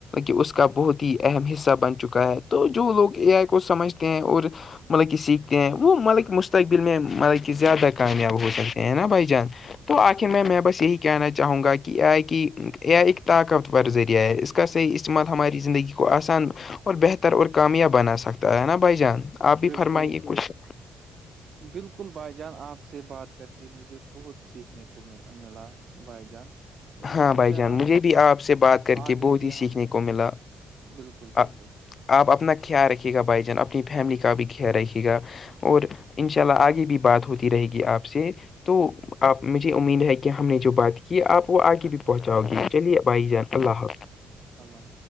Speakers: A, on the left; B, on the right.
A: کہ اس کا بہت ہی اہم حصہ بن چکا ہے تو جو لوگ اے آئی کو سمجھتے ہیں اور مطلب کہ سیکھتے ہیں وہ مطلب کہ مستقبل میں مطلب کہ زیادہ کامیاب ہو سکتے ہیں نا بھائی جان تو آخر میں میں بس یہی کہنا چاہوں گا کہ ایک طاقتور ذریعہ ہے اس کا صحیح استعمال ہماری زندگی کو آسان اور بہتر اور کامیاب بنا سکتا ہے نا بائی جان آپ بھی
B: بالکل
A: فرمائیے کچھ
B: بالکل بھائی جان آپ سے بات کر کے مجھے بہت سیکھنے کو م ملا بائی جان
A: ہاں
B: اسی
A: بھائی
B: طرح
A: جان مجھے بھی آپ سے بات کر
B: آگے
A: کے بہت
B: بھی
A: ہی
B: ہم
A: سیکھنے کو ملا
B: بالکل بالکل
A: آ- آپ اپنا خیال رکھیے گا بھائی جان اپنی فیملی کا بھی خیال رکھیے گا اور ان شاء اللہ آگے بھی بات ہوتی رہے گی آپ سے تو آپ مجھے امید ہے کہ ہم نے جو بات کی آپ وہ آگے بھی پہنچاؤ گی چلیے بھائی جان اللہ حافظ
B: اللہ